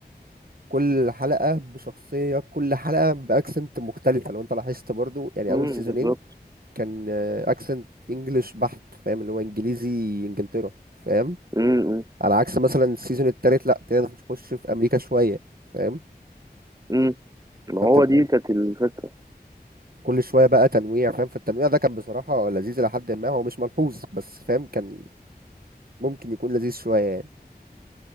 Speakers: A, on the right (about 60°); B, on the right (about 20°).
A: كل حلقة بشخصية كل حلقة بأكسنت مختلفة لو انت لاحظت برضو يعني
B: امم
A: أول سيزونين
B: بالظبط
A: كان أكسنت إنجلش بحت فاهم اللي هو إنجليزي إنجلترا فاهم
B: امم امم
A: على عكس مثلا السيزون التالت لأ ابتدينا نخش في أمريكا شوية فاهم
B: أمم. ما
A: فبتبقى
B: هو دي كانت الفكرة
A: كل شوية بقى تنويع فاهم فالتنويع ده كان بصراحة لذيذ لحد ما هو مش ملحوظ بس فاهم كان ممكن يكون لذيذ شوية يعني